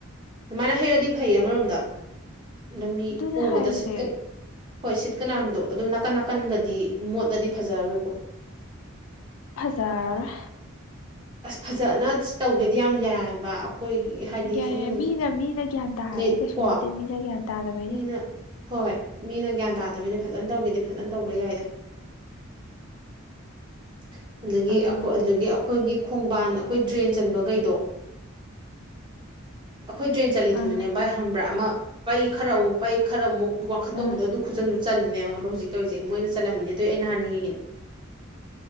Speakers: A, on the right (about 20°); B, on the left (about 75°).
A: ꯑꯗꯨꯃꯥꯏꯅ ꯍꯩꯔꯛꯗꯤ ꯐꯩ ꯑꯃꯔꯣꯝꯗ ꯂꯝꯕꯤ
B: ꯑꯗꯨꯅꯦ
A: ꯎꯕꯗ
B: ꯍꯥꯏꯁꯦ
A: ꯁꯤꯠꯀꯅꯤ ꯍꯣꯏ ꯁꯤꯠꯀꯅꯥꯕꯗꯣ ꯑꯗꯨ ꯅꯥꯀꯟ ꯅꯥꯀꯟꯒꯗꯤ ꯃꯣꯠꯂꯗꯤ ꯐꯖꯔꯔꯣꯏꯀꯣ <unintelligible>
B: ꯐꯖꯔꯥꯔꯣꯢ
A: ꯑꯁ ꯐꯖꯅ ꯇꯧꯒꯦꯗꯤ ꯌꯥꯝ ꯌꯥꯏꯕ ꯑꯩꯈꯣꯏꯒꯤ ꯍꯥꯏꯗꯤ
B: ꯌꯥꯏ
A: ꯁꯨꯝ
B: ꯌꯥꯏ ꯃꯤꯅ ꯃꯤꯅ ꯒ꯭ꯌꯥꯟ ꯇꯥꯔꯗꯤ
A: ꯂꯦꯠ
B: ꯀꯩꯁꯨ
A: ꯀꯣ
B: ꯅꯠꯇꯦ ꯃꯤꯅ ꯒ꯭ꯌꯥꯟ ꯇꯥꯗꯕꯩꯅꯦ
A: ꯃꯤꯅ ꯍꯣꯏ ꯃꯤꯅ ꯒ꯭ꯌꯥꯟ ꯇꯥꯗꯕꯅꯤꯅ ꯐꯖꯅ ꯇꯧꯒꯦꯗꯤ ꯐꯖꯅ ꯇꯧꯕ ꯌꯥꯏꯗꯣ <unintelligible> ꯑꯗꯒꯤ
B: ꯑꯥ
A: ꯑꯗꯒꯤ ꯑꯩꯈꯣꯏꯒꯤ ꯈꯣꯡꯕꯥꯟ ꯑꯩꯈꯣꯏ ꯗ꯭ꯔꯦꯟ ꯆꯟꯕꯈꯩꯗꯣ ꯑꯩꯈꯣꯏ ꯗ꯭ꯔꯦꯟ ꯆꯠꯂꯤꯗꯨꯁꯨꯅꯦ
B: ꯑꯥ
A: ꯕꯥꯏ ꯍꯪꯕ꯭ꯔꯥ ꯑꯃ ꯄꯩ ꯈꯔ ꯑꯃꯨꯛ ꯄꯩ ꯈꯔ ꯑꯃꯨꯛ ꯋꯥꯡꯈꯠ ꯇꯧꯕꯗꯣ
B: ꯑꯥ
A: ꯑꯗꯨ ꯈꯨꯠꯆꯟꯗꯨ ꯆꯠꯜꯂꯤꯅꯦꯕ ꯍꯧꯖꯤꯛ ꯇꯧꯔꯤꯁꯦ ꯃꯣꯏꯅ ꯆꯜꯂꯝꯃꯤꯅ ꯑꯗꯨ ꯑꯩꯩ ꯅꯍꯥꯟ ꯌꯦꯡꯉꯤꯅꯦ